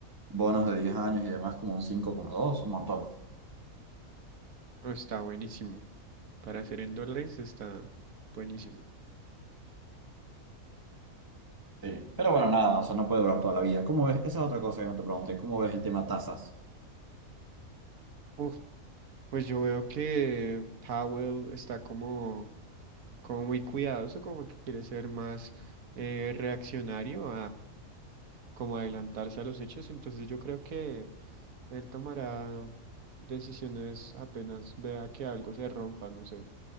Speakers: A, on the right; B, on the right.
A: bonos de 10 años y demás como un cinco coma dos un montón.
B: Oh, Está buenísimo. Para hacer en dólares está buenísimo.
A: Sí. Pero bueno, nada, o sea, no puede durar toda la vida. ¿Cómo ves? Esa es otra cosa que no te pregunté. ¿Cómo ves el tema tasas?
B: Uf, pues yo veo que Powell está como, como muy cuidadoso, como que quiere ser más eh, reaccionario como adelantarse a los hechos, entonces yo creo que él tomará decisiones apenas vea que algo se rompa, no sé,